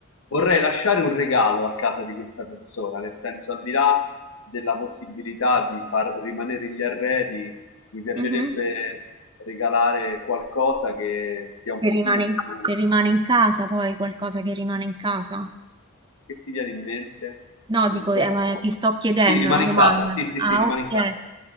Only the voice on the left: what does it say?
vorrei lasciare un regalo a casa di questa persona, nel senso, al di là della possibilità di far rimanere gli arredi, mi piacerebbe
regalare qualcosa che sia un
pochino
più...
Che ti viene in mente?
Un
soprannome?
Sì, rimane
in casa, sì, sì,
sì, rimane
in casa.